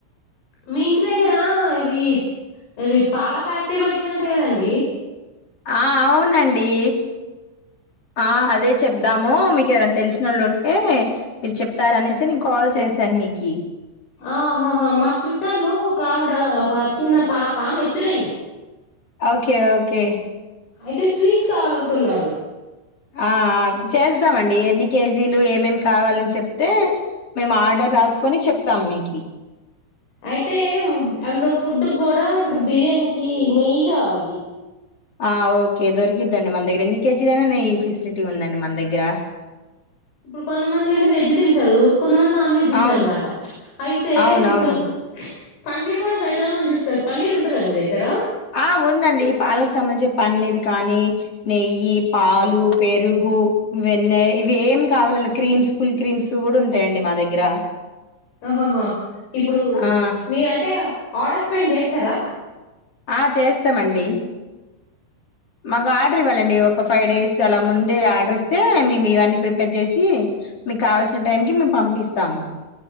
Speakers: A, on the left (about 80°); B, on the left (about 30°).
A: మీ ఇంటి దగ్గరా ఇది ఇది పాల ఫ్యాక్టరీ పడిదంట కదండి
B: ఆ అవునండి ఆ అదే చెప్దాము మీకు ఎవరైనా తెలిసినోళ్ళు ఉంటే మీరు చెప్తార అనేసి నేను కాల్ చేశాను మీకి
A: ఆహాహా మా చుట్టాలో ఒక ఆవిడ ఒక చిన్న పాప మెచ్చురైంది
B: ఓకే ఓకే
A: అయితే స్వీట్స్ కావాలంటున్నారు
B: ఆ చేస్తామండి ఎన్ని కేజీలు ఏమేమి కావాలని చెప్తే మేము ఆర్డర్ రాసుకొని చెప్తాం మీకి
A: అయితే అందులో ఫుడ్ గూడా ఇప్పుడు బిర్యానీకి నెయ్యి కావాలి
B: ఆ ఓకే దొరికిద్దండి మన దగ్గర ఎన్ని కేజీల అయినా ఈ ఫెసిలిటీ ఉందండి మన దగ్గర అ
A: ఇప్పుడు కొంతమంది ఏంటి వెజ్ తింటారు కొంతమంది నాన్ వెజ్ తింటారు
B: అవును
A: అనమాట అయితే
B: అవునవును.
A: ఇప్పుడు పన్నీర్ కూడా పెడదామని చూస్తారు పన్నీర్ ఉంటదా మీ దగ్గర
B: ఆ ఉందండి పాలకు సంబంధించి పన్నీర్ కానీ నెయ్యి పాలు పెరుగు వెన్నయ ఇవి ఏం కావాలన్నా క్రీమ్స్ ఫుల్ క్రీమ్స్ కూడా ఉంటాయండి మా దగ్గర
A: ఆహాహా ఇప్పుడు
B: ఆ!
A: మీరు అంటే ఆర్డర్స్ పైన చేస్తారా
B: ఆ చేస్తామండి మాకు ఆర్డర్ ఇవ్వాలండి ఒక ఫైవ్ డేస్ అలా ముందే ఆర్డర్ ఇస్తే మేము ఇవన్నీ ప్రిపేర్ చేసి మీకు కావాల్సిన టైం కి మేము పంపిస్తాము